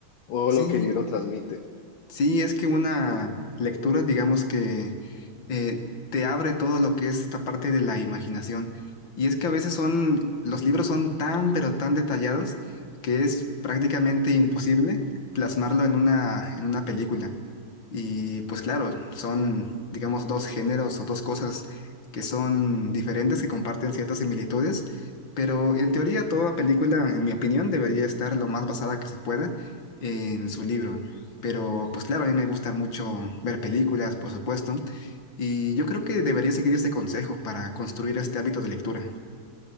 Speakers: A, on the left (about 80°); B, on the left (about 65°).
A: o
B: sí,
A: lo que el libro transmite.
B: sí, es que una lectura, digamos que eh, te abre todo lo que es esta parte de la imaginación. Y es que a veces son, los libros son tan, pero tan detallados que es prácticamente imposible plasmarlo en una, en una película. Y pues claro, son, digamos, dos géneros o dos cosas que son diferentes, que comparten ciertas similitudes, pero en teoría toda película, en mi opinión, debería estar lo más basada que se pueda en su libro. Pero pues claro, a mí me gusta mucho ver películas, por supuesto, y yo creo que debería seguir este consejo para construir este hábito de lectura.